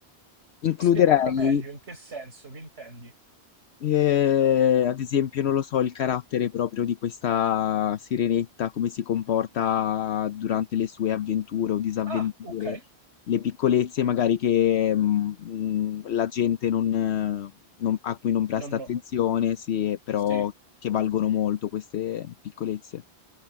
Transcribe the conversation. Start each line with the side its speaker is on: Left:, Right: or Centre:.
Left: Includerei
Right: Spiegamela meglio, in che senso, che intendi?
Left: Ehm, ad esempio, non lo so, il carattere proprio di questa sirenetta, come si comporta durante le sue avventure o disavventure,
Right: Ah, ok.
Left: le piccolezze magari che, mhmm, la gente non eh, non a cui non presta
Right: Non
Left: attenzione,
Right: no.
Left: sì, però
Right: Sì,
Left: che valgono molto queste piccolezze.